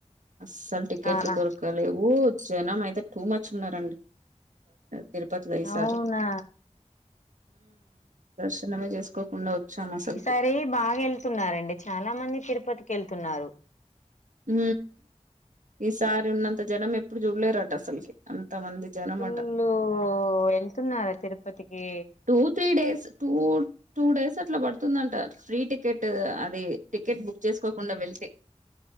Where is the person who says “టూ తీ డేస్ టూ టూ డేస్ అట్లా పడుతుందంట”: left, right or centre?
Right